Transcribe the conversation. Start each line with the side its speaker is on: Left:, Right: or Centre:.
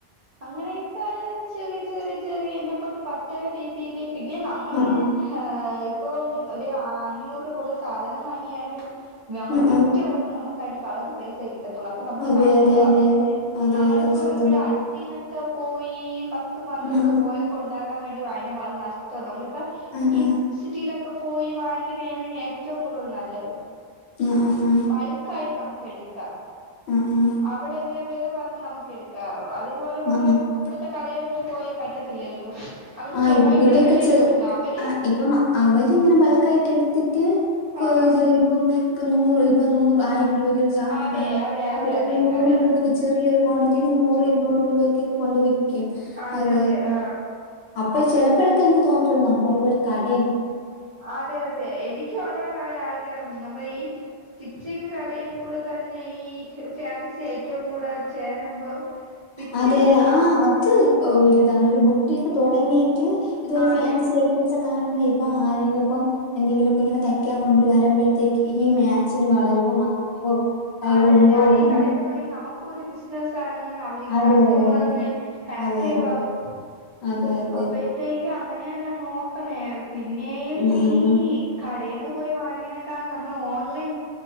Right: അങ്ങനെയൊക്കെ ചെറിയ ചെറിയ ചെറിയ എന്നെ കൊണ്ട് പറ്റ പറ്റുന്നരീതിയില് പിന്നെ നമ്മൾ
Left: ആഹ്
Right: ഈ
Left: ആഹ്
Right: ഹ ഇപ്പൊ ഒരു അഞ്ഞൂറ് രൂപ കൊടുത്ത് സാധനം വാങ്ങിയാലും നമ്മൾ
Left: ആഹ്
Right: വിറ്റ്
Left: ആഹ്
Right: വരുമ്പോൾ നമുക്ക് അതിന്റെ പകുതി പൈസേ കിട്ടത്തുള്ളു അപ്പൊ നമുക്ക്
Left: അതെ
Right: നഷ്ടമാ.
Left: അതെ അതെ അതെ അതെ
Right: നമ്മളിപ്പോ
Left: അതെ സത്യം
Right: ഇവിടെ
Left: സത്യം
Right: അടുത്തിന്നൊക്കെ പോയി. പത്ത്, പന്ത്രണ്ട്,
Left: ആഹ്
Right: ബോയൊക്കെ ഉണ്ടാക്കാൻ വേണ്ടി വാങ്ങി അത് നഷ്ടവാ നമ്മ
Left: ആഹ്
Right: ഈ
Left: ആഹ്
Right: സിറ്റിലൊക്കെ പോയി വാങ്ങിക്കണെയാണ് ഏറ്റവും കൂടുതൽ നല്ലത്.
Left: ആഹ് ആഹ് ആഹ്
Right: ബൾക്ക് ആയിട്ട് നമുക്ക് എടുക്കാം.
Left: ആഹ് ആഹ്
Right: അവിടെ ഇങ്ങനെ വെല പർഞ്ഞ് നമുക്ക് എട് ക അത് പോലെ നമ്മള്
Left: ആഹ് ആഹ് ആഹ്
Right: ഇപ്പോ ഇവിടുത്തെ കടയിലൊന്നും പോയാ പറ്റത്തില്ലല്ലോ അവര്
Left: ആ
Right: ചോദിക്കണ
Left: ഇവിടൊക്കെ
Right: വിലയിൽ
Left: ചെറു
Right: കൊടുക്കണം അവര്
Left: ആഹ് ഇപ്പം അവരിങ്ങനെ ബൾക്ക് ആയിട്ട് എടുത്തിട്ട് കൊ
Right: ആ
Left: ഇത് ഇപ്പം നൂറ് ഇപ്പ നൂറ് ആയിരം രൂപ ക്കൊരു സാനം
Right: അതെ
Left: വാങ്ങി
Right: അതെ അതെ
Left: അവര്
Right: അതെ
Left: അത് നൂറ്
Right: അതെ
Left: രൂപക്ക് ചെറിയൊരു ക്വാണ്ടിറ്റീല് നൂറ് ഇരുനൂറ് രൂ രൂപയ്ക്ക് ഒക്കെ കൊണ്ട് വി ക്കും
Right: അതെ
Left: അതെയ
Right: അതെ ആ
Left: അപ്പൊ ചെലപ്പഴൊക്കെ എനിക്ക് തോന്നീട്ടൊണ്ട് നമ്മള് ഇപ്പം ഒരു കടെം
Right: അതെ അതെ എനിക്കും അതാണ് ഒരു ആഗ്രഹം നമ്മള് ഈ സ്റ്റിച്ചിങ് കടേൽ കൂടെ തന്നെ ഈ ഫാൻസി ഐറ്റവും കൂടെ ചേരുമ്പോ വിറ്റ്
Left: അതെ
Right: പോകും
Left: അതെ ആഹ് അത് ഒരു ഇതാണ് ഒരു ബൊട്ടിക്ക് തൊടങ്ങീട്ട് ഇതുപോലെ
Right: അതെ
Left: ഫാൻസി ഐറ്റംസൊക്ക <unintelligible> ഇപ്പ ആരെങ്കിലും ഇപ്പം എന്തെങ്കിലും ഒക്കെ ഇങ്ങനെ തയ്ക്കാൻ കൊണ്ട് വരുമ്പോഴത്തേക്ക് ഈ മാച്ചിന് വളയോ മാലയോ കയ്യിലുണ്ടോ
Right: അതെ അതെ അത്
Left: എന്ന്
Right: ഈ കടേതന്നെ ഒണ്ടെങ്കിൽ നമുക്ക് ഒരു ബിസിനസ്സ് ആ ആണ് അവിരിക്
Left: അതെ,
Right: കസ്റ്റമർന്
Left: അതെ, അതെ.
Right: ഹാപ്പിയും
Left: അതെ, അതെ.
Right: ആകും
Left: അതെ, അതെ.
Right: അപ്പഴാത്തേക്ക് അങ്ങനെ <unintelligible> ഞാൻ നോക്കണേ പിന്നെയും
Left: ഉം,
Right: നീ
Left: ഉം, ഉം.
Right: കടേന്ന് പോയി വാങ്ങിനെ ക്കാണ് നമ്മൾ ഓൺലൈൻ